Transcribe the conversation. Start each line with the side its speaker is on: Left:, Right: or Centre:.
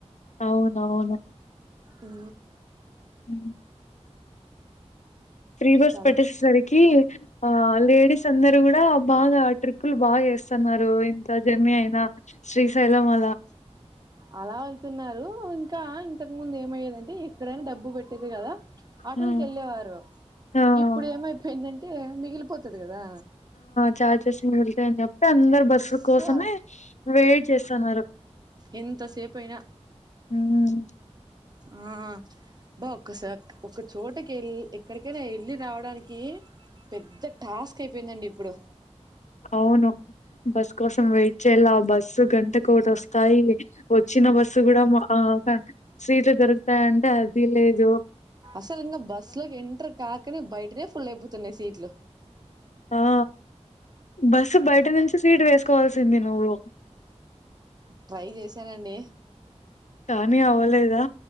Left: అవునవును
Right: ఉ
Left: హ ఫ్రీ బస్
Right: చాలా
Left: పట్టేసేసరికి ఆ లేడీస్ అందరూ గూడా బాగా ట్రిప్పులు బాగా ఏస్తున్నారు ఇంత జర్నీ అయినా శ్రీశైలమలా
Right: అలా వెళ్తున్నారు ఇంకా ఇంతకు ముందు ఏమయ్యేదంటే ఎక్కడైనా డబ్బు పెట్ ేది కదా ఆటలకి
Left: హ్మ్.
Right: వెళ్ళేవారు
Left: ఆ
Right: ఇప్పుడు ఏమైపోయిందంటే అంటే మిగిలిపోతుది కదా
Left: చఛార్జెస్ మిగులుతాయని చెప్పి అందరు బస్సు కోసమే
Right: సో
Left: వెయిట్ చేస్తున్నారు
Right: ఎంతసేపయినా
Left: ఊం
Right: ఆ బా ఒక్కసాక్ ఒక్క చోటకి ఎళ్ ఎక్కడికైనా వెళ్ళి రావడానికీ పెద్ద టాస్క్ అయిపోయిందండి ఇప్పుడు
Left: అవును బస్ కోసం వెయిట్ చేయలా బస్సు గంటకు ఒకటి వస్తాయి వచ్చిన బస్సు కూడా మ ఆ సీట్లు దొరుకుతాయంటే అది లేదు
Right: అసలు ఇంగ బస్ లోకి ఎంటర్ కాకనే బయటనే ఫుల్ అయిపోతున్నాయి సీట్లు
Left: ఆ బస్సు బయట నుంచి సీటు వేసుకోవాల్సింది నువ్వు
Right: ట్రై చేసానండి
Left: కానీ అవ్వలేదా